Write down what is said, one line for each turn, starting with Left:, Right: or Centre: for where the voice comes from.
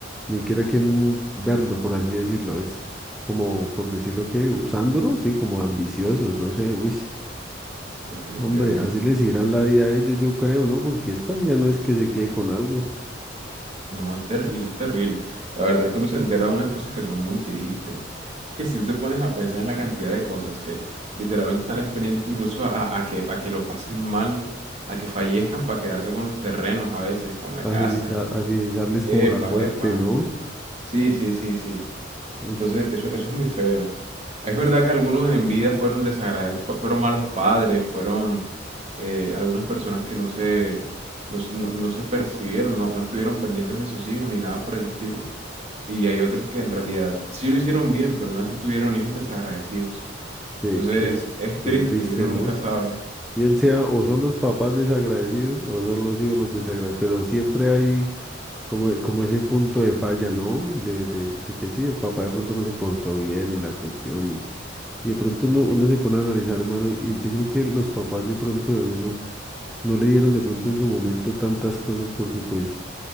Centre: ni siquiera quieren verlo, por así decirlo. Es como, por decirlo que, usándolo, sí, como ambiciosos, no sé, uy,
Right: Definitivamente.
Centre: hombre, así les irá la vida a ellos, yo creo, ¿no? Porque esta vida no es que se quede con algo,
Right: No, es terrible, es terrible. La verdad es que uno se entera de unas cosas que son muy tristes. Es que si tú te pones a pensar en la cantidad de cosas que literalmente están pendientes incluso a, a- a que, a que lo pasen mal, a que fallezcan para quedarse con los terrenos a veces, con la
Centre: agilizar,
Right: casa.
Centre: agilizarles
Right: Epa,
Centre: como la muerte,
Right: epa.
Centre: ¿no?
Right: Sí, sí, sí, sí.
Centre: Uy.
Right: Entonces, eso, eso es muy feo. Es verdad que algunos en vida fueron desagradecidos, fueron malos padres, fueron eh, algunas personas que no se, no, se no- no se percibieron, no, no estuvieron pendientes de sus hijos ni nada por el estilo. Y hay otros que en realidad sí lo hicieron bien, pero aún así tuvieron hijos desagradecidos.
Centre: Qué,
Right: Entonces,
Centre: qué,
Right: es triste
Centre: qué triste,
Right: y uno nunca
Centre: ¿no?
Right: sabe.
Centre: Bien sea, o son los papás desagradecidos o son los hijos los desagradecidos, pero siempre hay como, como ese punto de falla, ¿no? De, de, de que sí, el papá de pronto no se portó bien y la cuestión, y, y de pronto uno, uno se pone a analizar, hermano, y, y yo creo que los papás de pronto de uno no le dieron de pronto en su momento tantas cosas porque pues